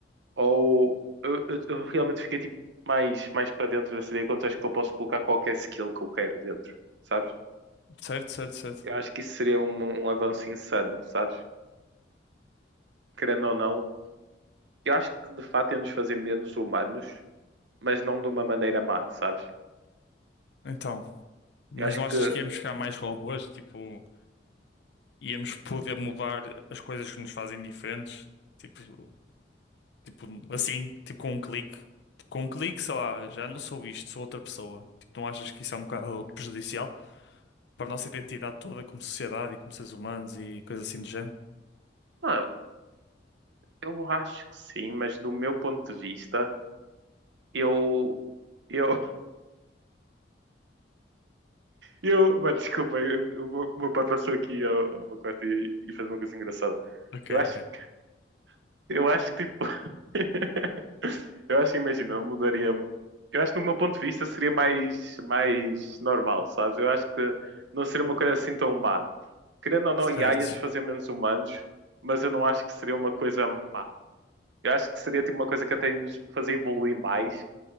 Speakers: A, on the right; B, on the left.
A: Ou eu, eu- eu realmente fiquei tipo mais, mais para dentro dessa ideia quando acho que eu posso colocar qualquer skill que eu quero dentro, sabes?
B: Certo, certo, certo.
A: Eu acho que isso seria um, um avanço insano, sabes? Querendo ou não, eu acho que de fato ia nos fazer menos humanos mas não de uma maneira má, sabes?
B: Então, mas
A: Eu acho
B: não achas
A: que,
B: que íamos ficar mais robôs? Tipo, íamos poder mudar as coisas que nos fazem diferentes? Tipo, tipo assim, tipo com um clique. Tipo, com um clique, sei lá, já não sou isto, sou outra pessoa. Tipo, não achas que isso é um bocado prejudicial para a nossa identidade toda como sociedade e como seres humanos e coisas assim do género?
A: não, eu acho que sim, mas do meu ponto de vista, eu, eu, <laughs> eu, mano, desculpa, eu- eu- o meu, o meu pai passou aqui ao, ao meu quarto e, e fez uma coisa engraçada.
B: Ok,
A: Eu acho,
B: ok.
A: que- eu acho que, tipo, <laughs> eu acho, imagina, eu mudaria, eu acho que do meu ponto de vista seria mais, mais normal, sabes? Eu acho que não seria uma coisa assim tão má. Querendo ou não, IA
B: Certo,
A: ia antes fazer menos humanos, mas eu não acho que seria uma coisa má. Eu acho que seria tipo uma coisa que até nos fazer evoluir mais.